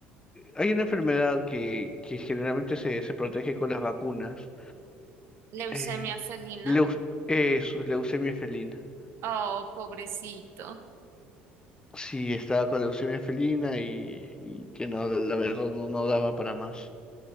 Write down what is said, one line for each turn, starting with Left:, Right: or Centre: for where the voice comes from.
Left: hay una enfermedad que, que generalmente se, se protege con las vacunas.
Right: Leucemia
Left: Eh,
Right: felina.
Left: leu- eso, leucemia felina.
Right: Oh, pobrecito.
Left: Sí, estaba con leucemia felina y, y que no, la verdad no, no daba para más.